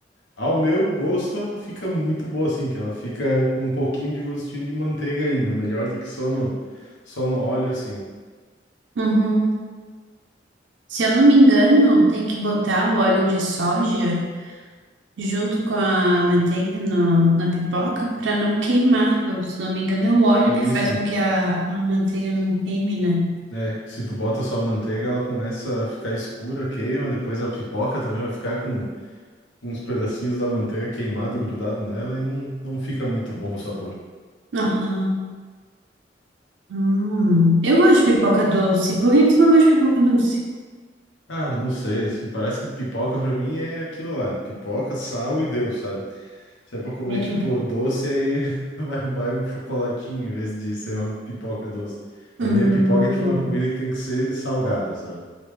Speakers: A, on the left; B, on the right.
A: Ao meu gosto, ela fica muito boa assim, que ela fica com um pouquinho de gostinho de manteiga ainda, melhor do que só no só no óleo assim.
B: Uhum. Se eu não me engano, tem que botar o óleo de soja junto com a manteiga no- na pipoca para não queimar. Eu, se não me engano, é o óleo
A: Isso.
B: que faz com que a, a manteiga não queime, né?
A: É, se tu bota só a manteiga, ela começa a ficar escura, queima, depois a pipoca também vai ficar com com uns pedacinhos da manteiga queimado, grudado nela e não, não fica muito bom o sabor.
B: Aham. Hum. Eu gosto de pipoca doce. Por que que tu não gosta de pipoca doce?
A: Ah, não sei, assim, parece que pipoca pra mim é aquilo lá, pipoca, sal e Deus, sabe? Se é pra comer,
B: Sério?
A: tipo, doce, aí <laughs> vai, vai um chocolatinho em vez de ser uma pipoca doce. Pra
B: Hum.
A: mim, a pipoca é, tipo, uma comida que tem que ser salgada, sabe?